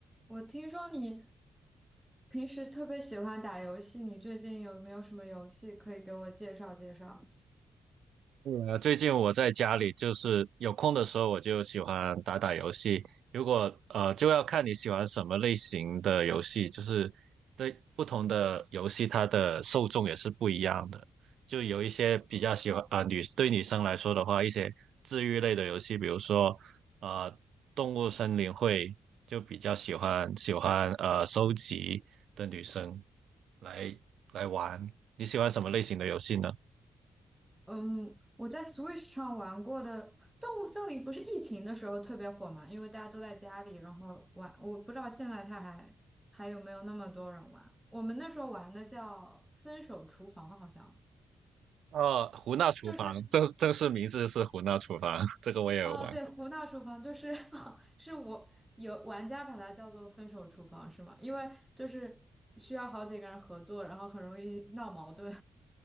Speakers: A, in the centre; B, on the right.
A: 我听说你平时特别喜欢打游戏，你最近有没有什么游戏可以给我介绍介绍？
B: 呃，最近我在家里就是有空的时候，我就喜欢打打游戏。如果呃，就要看你喜欢什么类型的游戏，就是对不同的游戏，它的受众也是不一样的。就有一些比较喜欢啊、女对女生来说的话，一些治愈类的游戏，比如说呃，动物森林会就比较喜欢喜欢呃收集的女生来来玩。你喜欢什么类型的游戏呢？
A: 嗯，我在 Switch 上玩过的《动物森林》不是疫情的时候特别火嘛，因为大家都在家里，然后玩。我不知道现在它还还有没有那么多人玩。我们那时候玩的叫《分手厨房》，好像
B: 哦，胡闹厨房，
A: 就是
B: 正正式名字是胡闹厨房，<laughs> 这个我也有玩过。
A: 哦，对，胡闹厨房就是 <laughs> 是我有玩家把它叫做分手厨房是吗？因为就是需要好几个人合作，然后很容易闹矛盾。